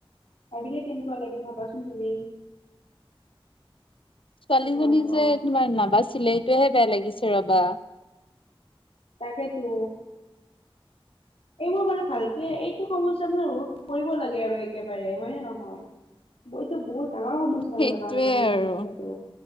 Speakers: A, on the left; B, on the left.
A: ভাবিলে কেনেকুৱা লাগে ভাবাচোন তুমি।
B: ছোৱালীজনী
A: অ' মাই গড
B: যে তোমাৰ নাবাছিলিলে সেইটোহে বেয়া লাগিছে ৰবা।
A: তাকেটো। এইবোৰ মানে ভালকে এইটো সমস্যা মানে ৰোধ কৰিব লাগে আৰু একেবাৰে হয় নে নহয়। এইটো বহুত ডাঙৰ সমস্যা
B: সেইটোৱে
A: মানে বানপানীৰ
B: আৰু
A: সমস্যাটো।